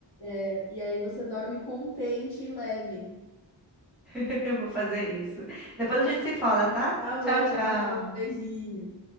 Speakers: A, on the left; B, in the centre.
A: é- e aí você dorme contente e leve.
B: <laughs> Vou fazer isso. Depois a gente se fala, tá?
A: Tá bom,
B: Tchau, tchau.
A: tá bom, beijinho.